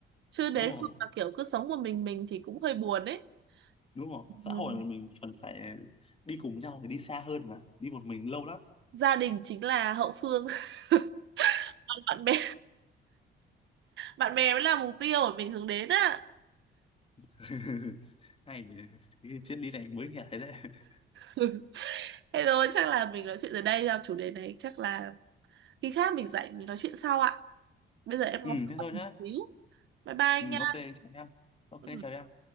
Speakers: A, on the right; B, on the left.
A: chứ
B: đúng
A: nếu
B: rồi
A: không mà kiểu cứ sống một mình mình thì cũng hơi buồn ấy
B: đúng rồi
A: ừ.
B: xã hội là mình cần phải đi cùng nhau thì đi xa hơn mà đi một mình lâu lắm
A: gia đình chính là hậu phương <laughs> Còn bạn bè bạn bè mới là mục tiêu mà mình hướng đến á
B: <laughs> hay cái triết lý này mới nghe thấy đấy <laughs>
A: <laughs> thế rồi chắc là mình nói chuyện ở đây ra chủ đề này chắc là khi khác mình rảnh mình nói chuyện sau ạ bây giờ em
B: ừ
A: có việc
B: thế
A: bận
B: thôi
A: một
B: nhá
A: xíu bye bye anh
B: ừ
A: nha
B: ok chào em ok
A: Ừ.
B: chào em